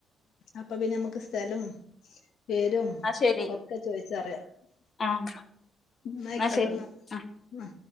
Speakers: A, on the left (about 75°); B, on the left (about 40°).
A: അപ്പൊ പിന്ന അമ്മക്ക് സ്ഥലം പേരും
B: ശരി
A: ഒക്കെ ചോയ് ച്ചറിയ
B: ആഹ്
A: ന്നായാകോട്ടെന്ന
B: എന്നാ ശരി ആ
A: ആ